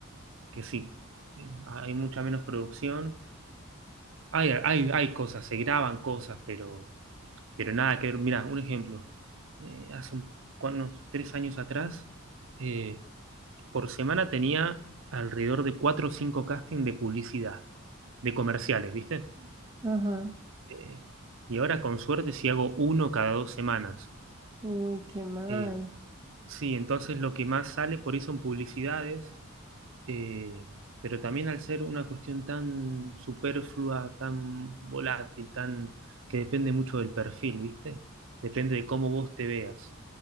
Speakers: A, on the right; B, on the right.
A: que sí. Eh, hay mucha menos producción. Hay, hay, hay cosas, se graban cosas, pero, pero nada que ver. Mira, un ejemplo. Eh, hace un, unos tres años atrás, eh, por semana tenía alrededor de cuatro o cinco castings de publicidad, de comerciales, ¿viste?
B: Ajá.
A: Eh, y ahora con suerte si hago uno cada dos semanas.
B: Uy, qué mal.
A: Eh, sí, entonces lo que más sale por eso en publicidades, eh, pero también al ser una cuestión tan superflua, tan volátil, tan que depende mucho del perfil, ¿viste? Depende de cómo vos te veas.